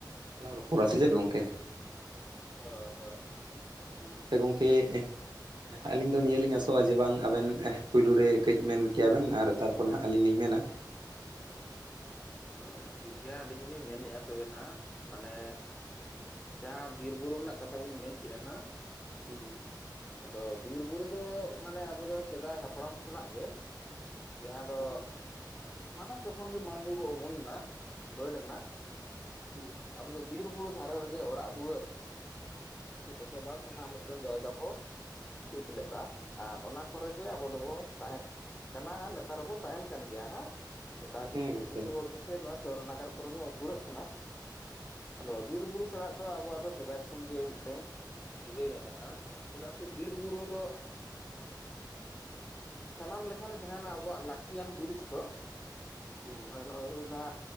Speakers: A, on the right (about 70°); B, on the left (about 20°).
A: ᱞᱟᱝ ᱨᱚᱯᱚᱲᱟ ᱥᱮ ᱪᱮᱫ ᱜᱚᱝᱠᱮ?
B: ᱦᱳᱭ ᱦᱳᱭ᱾
A: ᱱᱚᱛᱮ ᱜᱚᱝᱠᱮ ᱮᱦ ᱟᱹᱞᱤᱧ ᱫᱚ ᱱᱤᱭᱟᱹ ᱞᱤᱧ ᱟᱥᱚᱜᱼᱟ ᱡᱮ ᱵᱟᱝ ᱟᱵᱮᱱ ᱮᱦ ᱯᱩᱭᱞᱩ ᱨᱮ ᱠᱟᱹᱡ ᱢᱮᱱ ᱠᱮᱭᱟ ᱵᱤᱱ ᱟᱨ ᱛᱟᱨᱯᱚᱨ ᱱᱷᱟᱜ ᱟᱹᱞᱤᱧ ᱞᱤᱧ ᱢᱮᱱᱟ᱾
B: ᱦᱳᱭ ᱴᱷᱤᱠᱜᱮᱭᱟ ᱟᱹᱞᱤᱧ ᱦᱚᱞᱤᱧ ᱢᱮᱱᱮᱫᱼᱟ ᱛᱚᱵᱮ ᱱᱷᱟᱜ᱾ ᱢᱟᱱᱮ ᱡᱟᱦᱟᱸ ᱵᱤᱨ ᱵᱩᱨᱩ ᱨᱮᱱᱟᱜ ᱠᱟᱛᱷᱟ ᱵᱤᱱ ᱢᱮᱱ ᱠᱮᱫᱮᱜᱼᱟ ᱦᱟᱸᱜ᱾
A: ᱦᱩᱸ
B: ᱟᱫᱚ ᱵᱤᱨ ᱵᱩᱨᱩ ᱫᱚ ᱢᱟᱱᱮ ᱟᱵᱚ ᱫᱚ ᱥᱮᱫᱟᱭ ᱦᱟᱯᱲᱟᱢ ᱠᱷᱚᱱᱟᱜ ᱜᱮ ᱡᱟᱦᱟᱸ ᱫᱚ
A: ᱦᱮᱸ
B: ᱢᱟᱱᱮ ᱡᱚᱠᱷᱚᱱᱜ ᱢᱟᱹᱱᱢᱤ ᱵᱚ ᱩᱢᱩᱱ ᱱᱟ ᱵᱟᱹᱰ ᱱᱟ
A: ᱦᱮᱸ
B: ᱟᱵᱚ ᱫᱚ ᱵᱤᱨ ᱵᱩᱨᱩ ᱫᱷᱟᱨᱮ ᱨᱮᱜᱮ ᱚᱲᱟᱜ ᱫᱩᱣᱟᱹᱨ, ᱥᱮ ᱵᱚᱥᱚᱵᱟᱥ ᱨᱮᱱᱟᱜ ᱢᱤᱫᱴᱟᱱ ᱡᱟᱭᱜᱟ ᱵᱚ ᱤᱛ ᱞᱮᱫᱟ ᱟᱨ ᱚᱱᱟ ᱠᱚᱨᱮ ᱜᱮ ᱟᱵᱚ ᱫᱚᱵᱚ ᱛᱟᱦᱮᱸᱫ ᱠᱟᱱᱟ ᱱᱮᱛᱟᱨ ᱦᱚᱸᱵᱚ ᱛᱟᱦᱮᱱ ᱠᱟᱱ ᱜᱮᱭᱟ ᱦᱮᱸ᱾ ᱱᱮᱛᱟᱨ
A: ᱦᱩᱸ
B: ᱜᱮ
A: ᱦᱮᱸ
B: ᱠᱤᱪᱷᱩ
A: ᱜᱚᱢᱠᱮ
B: ᱠᱤᱪᱷᱩ ᱦᱚᱲ ᱜᱮᱥᱮ ᱱᱚᱣᱟ ᱥᱚᱦᱚᱨ ᱱᱟᱜᱟᱨ ᱠᱚᱨᱮ ᱵᱚᱱ ᱟᱹᱪᱩᱨᱟᱹᱜ ᱠᱟᱱᱟ᱾
A: ᱦᱩᱸ
B: ᱟᱫᱚ ᱵᱤᱨ ᱵᱩᱨᱩ ᱥᱟᱞᱟᱜ ᱫᱚ ᱟᱵᱚᱣᱟᱜ ᱫᱚ ᱥᱮᱫᱟᱭ ᱠᱷᱚᱱᱜᱮ ᱢᱤᱫᱴᱮᱱ ᱥᱟᱹᱜᱟᱹᱭ ᱢᱮᱱᱟᱜᱼᱟ᱾ ᱪᱮᱫᱟᱜ ᱥᱮ ᱵᱤᱨ ᱵᱩᱨᱩ ᱫᱚ ᱥᱟᱱᱟᱢ ᱞᱮᱠᱟᱱ ᱡᱟᱦᱟᱱᱟᱜ ᱟᱵᱚᱣᱟᱜ ᱞᱟᱹᱠᱛᱤᱭᱟᱱ ᱡᱤᱱᱤᱥ ᱠᱚ
A: ᱦᱩᱸ
B: ᱚᱱᱮ ᱱᱚᱜᱚᱭ ᱦᱩᱭᱱᱟ